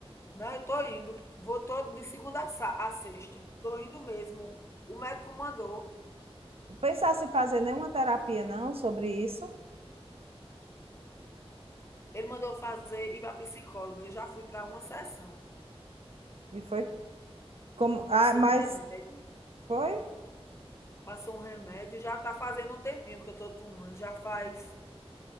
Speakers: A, on the left; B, on the right.
A: Não, eu estou indo. Vou todo de segunda a sa- a sexta. Estou indo mesmo. O médico mandou.
B: pensasse em fazer nenhuma terapia, não, sobre isso.
A: Ele mandou fazer ir para psicóloga. Eu já fui para uma sessão.
B: E foi como.
A: Passou
B: Ah, mas
A: um remédio,
B: foi
A: passou um remédio, já está fazendo um tempinho que eu estou tomando, já faz